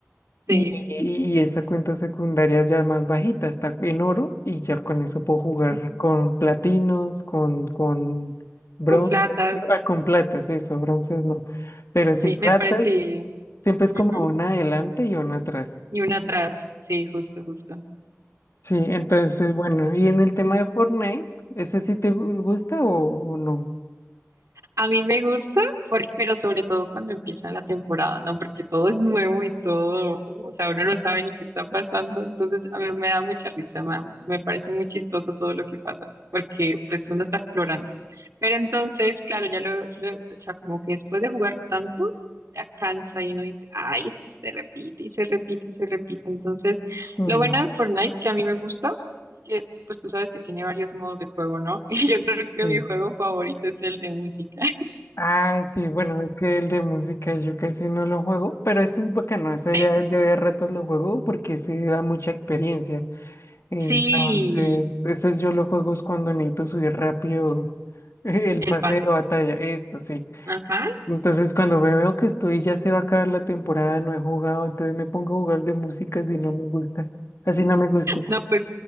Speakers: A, on the right; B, on the left.
A: sí.
B: y, y- y esa cuenta secundaria ya más bajita, está en oro y ya con eso puedo jugar
A: ujú,
B: con platinos, con, con bronce,
A: Con platas.
B: ah, con platas, eso, bronces no. Pero si
A: Sí,
B: platas,
A: me parece.
B: siempre es
A: ujú,
B: como una adelante y una atrás.
A: Y una atrás. Sí, justo, justo.
B: Sí, entonces, bueno, y en el tema de Fortnite, ¿ese sí te gu- gusta o, o no?
A: A mí me gusta, por- pero sobre todo cuando empieza la temporada, ¿no? Porque todo es nuevo y todo, o sea, uno no sabe ni qué está pasando. Entonces, a mí me da mucha risa, me, da- me parece muy chistoso todo lo que pasa, porque pues uno está explorando. Pero entonces, claro, ya lo, lo- o sea, como que después de jugar tanto, ya cansa y uno dice, ay, es que se repite y se repite y se repite. Entonces,
B: Mm,
A: lo bueno de Fortnite, que a mí me gusta, es que pues tú sabes que tiene varios modos de juego, ¿no? <laughs> Y yo creo que
B: sí.
A: mi juego favorito es el de música.
B: Ah, sí, bueno, es que el de música yo casi no lo juego, pero ese es bacano, ese
A: Sí,
B: ya yo de a ratos lo juego porque se da mucha experiencia. Entonces,
A: sí,
B: estos yo lo juego es cuando necesito subir rápido <laughs> eh, el
A: el
B: pase
A: pase.
B: de batalla, esto sí.
A: Ajá.
B: Entonces, cuando ve- veo que estoy, ya se va a acabar la temporada, no he jugado, entonces me pongo a jugar de música si no me gusta. Así no me gusta.
A: No, pues,